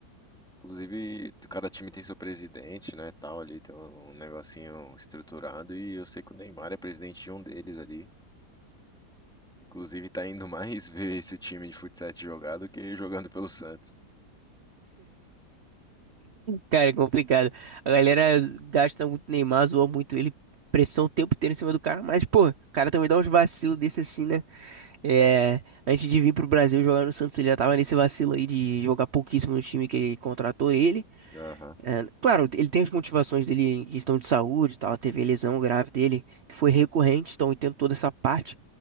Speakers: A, in the centre; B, on the right (about 45°).
A: inclusive cada time tem seu presidente, né, tal ali, tem um, um negocinho estruturado e eu sei que o Neymar é presidente de um deles ali. Inclusive tá indo <laughs> mais ver esse time de futsal jogar do que jogando pelo Santos.
B: Cara, é complicado. A galera gasta muito Neymar, zoa muito ele, pressão o tempo inteiro em cima do cara, mas pô, o cara também dá uns vacilos desse assim, né? É, antes de vir pro Brasil jogar no Santos, ele já tava nesse vacilo aí de jogar pouquíssimo no time que contratou ele.
A: Aham.
B: É, claro, ele tem as motivações dele em questão de saúde e tal, teve a lesão grave dele, que foi recorrente, então eu entendo toda essa parte,